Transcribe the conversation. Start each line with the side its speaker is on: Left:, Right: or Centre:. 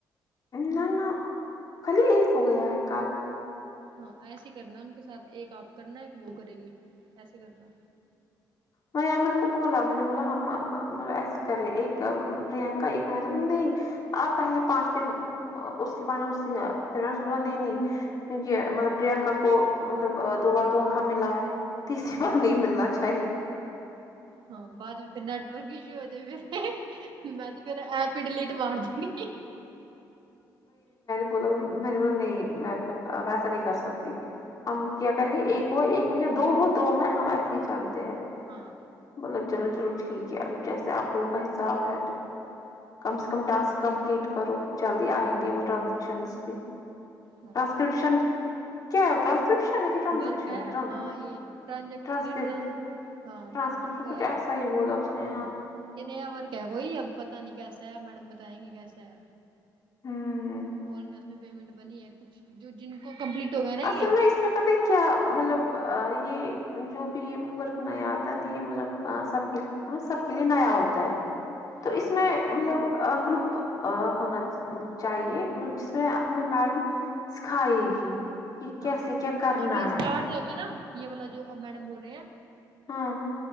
Left: نہ نہ خالی ایک ہو
Right: ان
Left: گیا ہے کال
Right: ہاں ایسے ہی کرنا ان کے ساتھ ایک آپ کرنا ایک وہ کرے گی ایسے کرنا
Left: میں امن کو بولا میں نے بولا ہم مطلب ایسے کرے ایک پررینکا ایک میں تو نہیں آپ پہلے پانچ پھر اس کے پچ پھر میں نے بولا نہیں نہیں کیونکہ مطلب پررینکا کو مطلب دو بار دھونکھا ملا ہے تیسری بار نہیں ملنا چاہ
Right: ہاں بعد میں پھر نیٹورک ایشو ہو جائے پھر میں تو پھر ایپ ہی ڈلیٹ مار دی
Left: بولو میں نے بولا نہیں میں ویسا نہیں کر سکتی ہم کیا کریں گے ایک ہو ایک میں یا دو ہو دو میں ہم ایسے ہی چلتے ہیں
Right: ہاں
Left: بول چلو چلو ٹھیک ہے اب جیسے آپ لوگوں کا حساب ہے تو کم سے کم ٹاسک کمپلیٹ کرو پھر جلدی آئیں گے وہ ٹرانزیکشنس بھی
Right: ہاں
Left: ٹرانسکرپشن کیا ہوتا ہے شن ہے ٹانزکشن
Right: ورک
Left: ہے ٹانسکپ
Right: ہاں یہ ٹرانزیکشن ہے ٹران ہاں
Left: ٹرانسکرپشن
Right: ٹرانز وہ
Left: کچھ
Right: ہے
Left: ایسا ہی بولا اس نے
Right: ہاں یہ نیا ورک ہے کوئی اب پتا نہیں کیسا ہے میڈم بتائیں گے کیسا ہے
Left: ہمم
Right: بول اس میں پیمنٹ بنی ہے کچھ جو جن کو کمپلیٹ ہو گئے نا یہ
Left: اصل نہیں میں پتہ کیا مطلب یہ جو بھی یہ ورک نیا آتا نا یہ مطلب سب ہاں سب کے لیے نیا ہوتا ہے تو
Right: ہاں
Left: اس میں مطلب گروپ ہونا ملب چاہیے جس میں ہمیں میڈم سکھائے گی کہ
Right: ہاں
Left: کیسے
Right: ہاں
Left: کیا کرنا
Right: اب یہ اسٹارٹ
Left: ہے
Right: ہو گا نا یہ والا جو اب میڈم بول رہے ہیں
Left: ہاں